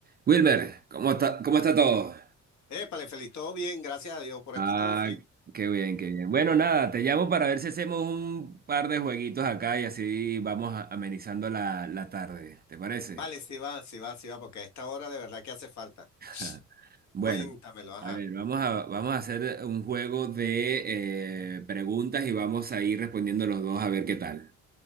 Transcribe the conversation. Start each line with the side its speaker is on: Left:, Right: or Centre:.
Right: Wilmer, ¿cómo está, cómo está todo?
Left: Épale, feliz, todo bien, gracias a Dios, por
Right: Ah,
Left: aquí todo fino.
Right: qué bien, qué bien. Bueno, nada, te llamo para ver si hacemos un par de jueguitos acá y así vamos a- amenizando la, la tarde. ¿Te parece?
Left: Vale, sí va, sí va, sí va, porque a esta hora de verdad que hace falta.
Right: <laughs> Bueno,
Left: Cuéntamelo, ajá.
Right: a ver, vamos a, vamos a hacer un juego de eh, preguntas y vamos a ir respondiendo los dos a ver qué tal.